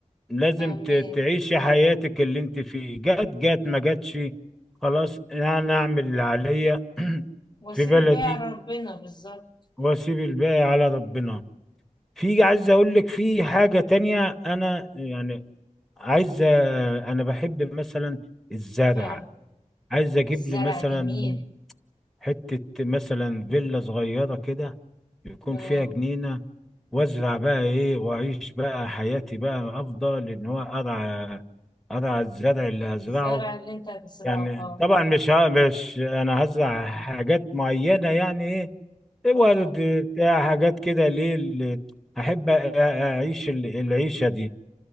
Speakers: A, in the centre; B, on the left (about 35°).
A: لازم
B: فاهمين
A: ت- تعيشي حياتك اللي انت فيه جات جات ما جاتش خلاص انا اعمل اللي عليا <clears throat>
B: وسيل
A: في بلدي
B: بقى ربنا بالظبط
A: واسيب الباقي على ربنا في عايز اقول لك في حاجة تانية انا يعني عايز أ- انا بحب مثلا الزرع
B: اه
A: عايز اجيب
B: والزرع
A: لي مثلا
B: جميل
A: حتة مثلا فيلا صغيرة كده يكون
B: اه
A: فيها جنينة وازرع بقى ايه واعيش بقى حياتي بقى افضل ان هو ارعى ارعى الزرع اللي هزرعه
B: الزرع اللي انت هتزرعه
A: يعني
B: اه
A: طبعا مش ه- مش انا هزرع حاجات معينة يعني ايه إيه
B: اه
A: ورد بتاع حاجات كده ليه اللي احب أ- أ- اعيش ال- العيشة دي